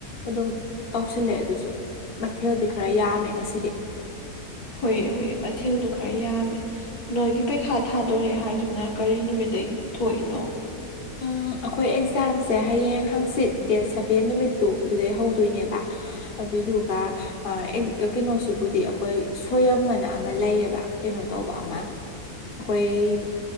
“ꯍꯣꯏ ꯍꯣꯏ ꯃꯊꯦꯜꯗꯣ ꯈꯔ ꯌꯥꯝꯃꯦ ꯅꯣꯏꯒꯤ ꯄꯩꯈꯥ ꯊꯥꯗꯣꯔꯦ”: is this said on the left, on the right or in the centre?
Left